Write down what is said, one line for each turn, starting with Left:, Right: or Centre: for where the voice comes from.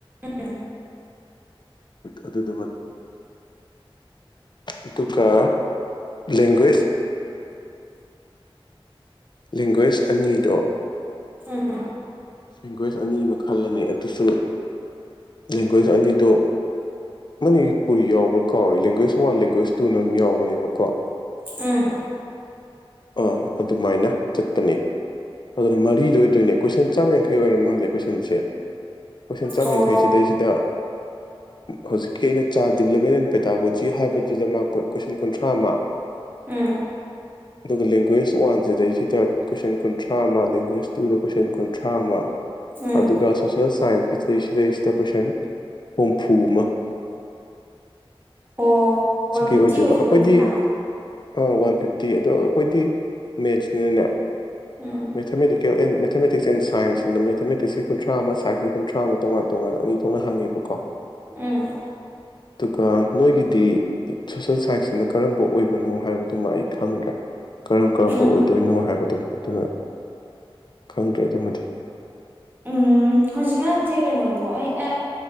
Right: ꯎꯝ
Left: ꯑꯗꯨꯗꯨꯃꯛ ꯑꯗꯨꯒ ꯂꯦꯡꯒ꯭ꯋꯦꯖ ꯂꯦꯡꯒ꯭ꯋꯦꯁ ꯑꯅꯤꯗꯣ
Right: ꯎꯝ
Left: ꯂꯦꯡꯒ꯭ꯋꯦꯖ ꯑꯅꯤ ꯑꯃ ꯈꯜꯂꯅꯤ ꯑꯗꯨꯁꯨ ꯂꯦꯡꯒ꯭ꯋꯦꯖ ꯑꯅꯤꯗꯣ ꯃꯅꯤꯄꯨꯔꯤ ꯌꯥꯎꯕ꯭ꯔꯥ ꯀꯥꯎꯔꯦ ꯂꯦꯡꯒ꯭ꯋꯦꯖ ꯋꯥꯟ ꯂꯦꯡꯒ꯭ꯋꯦꯖ ꯇꯨꯅ ꯑꯃ ꯌꯥꯎꯕꯅꯦꯕꯀꯣ
Right: ꯎꯝ
Left: ꯥ ꯑꯗꯨꯃꯥꯏꯅ ꯆꯠꯄꯅꯦ ꯑꯗꯨꯅ ꯃꯔꯤꯗꯣ ꯑꯣꯏꯗꯣꯏꯅꯦ ꯀꯣꯏꯁꯟ ꯆꯥꯝꯃ ꯌꯥꯡꯈꯩ ꯑꯣꯏꯔꯝ ꯃꯥꯜꯂꯦ ꯀꯣꯏꯁꯟꯁꯦ ꯀꯣꯏꯁꯟ ꯆꯥꯝꯌꯥꯡꯈꯩ
Right: ꯑꯣ
Left: ꯁꯤꯗꯩꯁꯤꯗ ꯍꯧꯖꯤꯛꯀꯤ ꯑꯩꯅ ꯆꯥꯏꯜ ꯗꯤꯕꯂꯞꯃꯦꯟ ꯑꯦꯟ ꯄꯦꯇꯥꯒꯣꯖꯤ ꯍꯥꯏꯕꯗꯨꯗ ꯃꯥ ꯀꯣꯏꯁꯟ ꯀꯨꯟꯊ꯭ꯔꯥ ꯑꯃ
Right: ꯎꯝ
Left: ꯑꯗꯨꯒ ꯂꯦꯡꯒ꯭ꯋꯦꯖ ꯋꯥꯟꯁꯤꯗꯩꯁꯤꯗ ꯀꯣꯏꯁꯟ ꯀꯨꯟꯊ꯭ꯔꯥ ꯑꯃ ꯂꯦꯡꯒꯋꯦꯖ ꯇꯨꯗ ꯀꯣꯏꯁꯟ ꯀꯨꯟꯊ꯭ꯔꯥ ꯑꯃ
Right: ꯎꯝ
Left: ꯑꯗꯨꯒ ꯁꯣꯁꯦꯜ ꯁꯥꯏꯟꯁꯁꯤꯗꯩꯁꯤꯗꯩꯁꯤꯗ ꯀꯣꯏꯁꯟ ꯍꯨꯝꯐꯨ ꯑꯃ
Right: ꯑꯣ ꯋꯥꯟ
Left: ꯁꯤ ꯀꯩ
Right: ꯐꯤꯐꯇꯤ
Left: ꯑꯣꯏꯗꯣꯏꯕ ꯑꯩꯈꯣꯏꯗꯤ
Right: ꯄꯨꯟꯅ
Left: ꯑ ꯋꯥꯟ ꯐꯤꯐꯇꯤ ꯇꯤ ꯑꯗꯣ ꯑꯩꯈꯣꯏꯗꯤ ꯃꯦꯠꯁꯅꯤꯅꯅꯦ
Right: ꯎꯝ
Left: ꯃꯊꯃꯦꯔꯤ ꯑꯦꯟ ꯃꯦꯊꯃꯦꯇꯤꯛꯁ ꯑꯦꯟ ꯁꯥꯏꯟꯁꯅ ꯃꯦꯊꯃꯦꯇꯤꯛꯁꯀꯤ ꯀꯨꯟꯊ꯭ꯔꯥ ꯑꯃ ꯁꯥꯏꯟꯁꯀꯤ ꯀꯨꯟꯊ꯭ꯔꯥ ꯑꯃ ꯇꯣꯉꯥꯟ ꯇꯣꯉꯥꯟꯅ ꯑꯅꯤ ꯊꯣꯛꯅ ꯍꯪꯉꯦꯕꯀꯣ
Right: ꯎꯝ
Left: ꯑꯗꯨꯒ ꯅꯣꯏꯒꯤꯗꯤ ꯁꯣꯁꯦꯜ ꯁꯥꯏꯟꯁꯁꯤꯅ ꯀꯔꯝꯕ ꯑꯣꯏꯕꯅꯣ ꯍꯥꯏꯕꯗꯨꯃ ꯑꯩ ꯈꯪꯗ꯭ꯔꯦ ꯀꯔꯝ ꯀꯔꯝꯕ
Right: ꯎꯝ
Left: ꯑꯣꯏꯗꯣꯏꯅꯣ ꯍꯥꯏꯕꯗꯨꯅꯣ ꯑꯗꯨꯅ ꯈꯪꯗ꯭ꯔꯦ ꯑꯗꯨꯃꯗꯤ
Right: ꯎꯝ ꯍꯧꯖꯤꯛꯀꯥꯟꯁꯦ ꯀꯩꯅꯣꯗꯣ ꯑꯩ